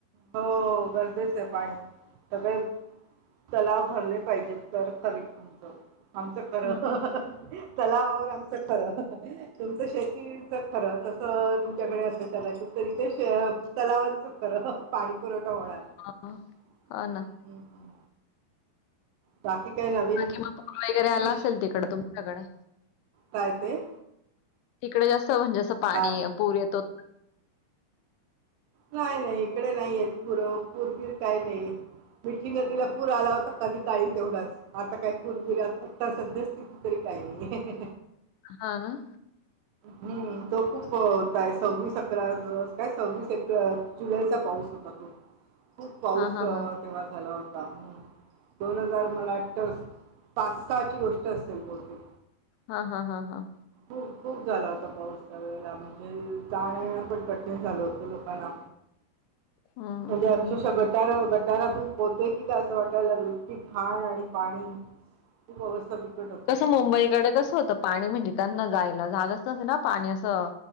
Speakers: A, on the right (about 80°); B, on the left (about 85°).
A: हो, हो. गरजेच आहे पाणी सगळे तलाव भरले पाहिजेत. तर खरी, आमचं खरं
B: हां,
A: तलावावर आमचं खरं. तुमचं शेतीच खरं तसं तुमच्याकडे असेल कदाचित तरी ते श तलावातून खरं पाणी पुरवठा होणार.
B: ह
A: हम्म,
B: हो, ना.
A: हम्म, हम्म. बाकी काय नवीन?
B: बाकी मग पुर वगैरे
A: डिश
B: आला असेल तिकडं तुमच्याकडे?
A: काय ते.
B: तिकडे जास्त म्हणजे असं पाणी
A: काय
B: पूर येतो.
A: नाही -नाही इकडे नाही येत पुरव पूर-वीर काही नाही येत. मिठी नदीला पूर आला होता कधी काळी तेवढाच, आता काय पूर-बीर आता सध्यास तरी काही नाही,
B: हां ना.
A: हं.. तो खूप काय सव्वीस अकरा काय, सव्वीस एक जुलैचा पाऊस होता तो. खूप पाऊस
B: हां, हां,
A: तेव्हा
B: हां.
A: झाला होता. दोन हजार मला वाटतं पाच- सहाची गोष्ट असेल बहुतेक.
B: हां हां हां हां.
A: खूप खूप झाला होता पाऊस त्यावेळेला म्हणजे त्यावेळेला पण कठीण झालं होतं लोक मला
B: हं.
A: म्हणजे अक्षरशा गटार गटारातून पोहतोयं की काय असं वाटायला लागल इतकी घाण आणि पाणी खूप अवस्था बिकट होती.
B: कसं मुंबईकडे कसं होतं पाणी? म्हणजे त्यांना जायला जागच नसेना पाणी असं